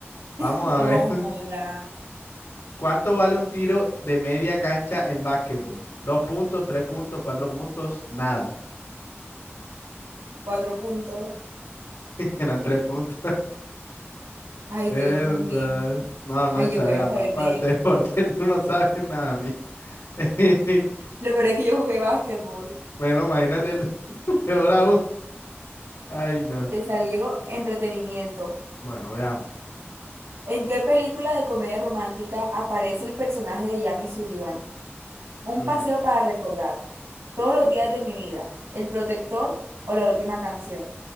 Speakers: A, on the left; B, on the right.
A: Vamos
B: <laughs>
A: a
B: Oh,
A: ver. <laughs>
B: joda.
A: ¿Cuánto vale un tiro de media cancha en básquetbol? Dos puntos, tres puntos, cuatro puntos, nada.
B: Cuatro puntos.
A: <laughs> Eran tres puntos. <laughs>
B: Ay,
A: Verdad.
B: Dios mío.
A: No, no,
B: Ay,
A: Isabela,
B: yo qué voy a saber
A: papá,
B: de
A: el deporte,
B: eso.
A: <laughs> tú no sabes nada, mí. <laughs>
B: Lo peor es que yo jugué básquetbol.
A: Bueno, imagínate tú, <laughs> peor aún. Ay, no.
B: Te salió entretenimiento.
A: Bueno, veamos.
B: ¿En qué película de comedia romántica aparece el personaje de Jamie Sullivan? Un
A: Ujú.
B: paseo para recordar. Todos los días de mi vida. El protector o la última canción.